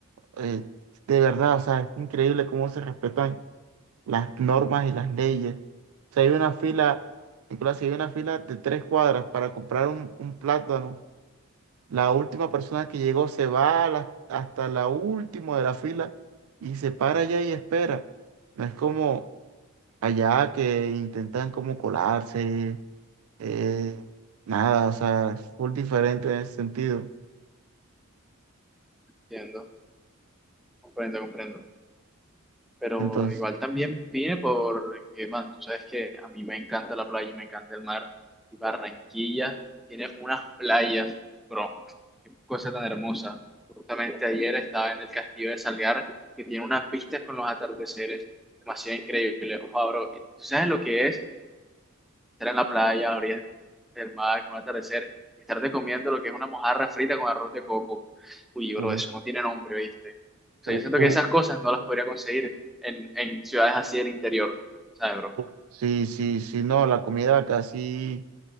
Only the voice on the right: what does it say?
eh, de verdad, o sea, es increíble cómo se respetan las normas y las leyes. Si hay una fila, Nicolás, si hay una fila de tres cuadras para comprar un, un plátano, la última persona que llegó se va a la- hasta la última de la fila y se para allá y espera. No es como allá que intentan como colarse, eh, nada, o sea, es full diferente en ese sentido.
Entonces,
uf,
uf,
uf,
uf. Sí, sí, sí, no, la comida casi